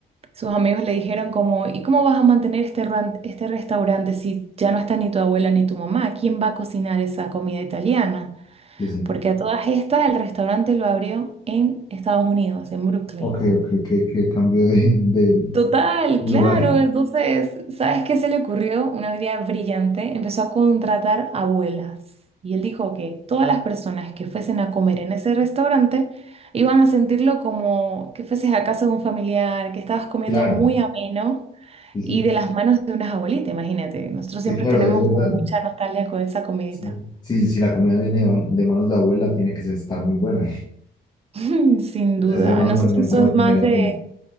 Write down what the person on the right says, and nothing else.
Sus amigos le dijeron como, ¿y cómo vas a mantener este, ran- este restaurante si ya no está ni tu abuela ni tu mamá? ¿Quién va a cocinar esa comida italiana?
Porque a todas estas el restaurante lo abrió en Estados Unidos, en Brooklyn.
Total,
claro. Entonces, ¿sabes qué se le ocurrió? Una idea brillante. Empezó a contratar abuelas. Y él dijo que todas las personas que fuesen a comer en ese restaurante iban a sentirlo como que fueses a casa de un familiar, que estabas comiendo
muy ameno
y de las manos de unas abuelitas, imagínate. Nosotros
siempre
tenemos
como mucha nostalgia con esa comidita.
<laughs> Sin duda.
No
sé si sos más
de,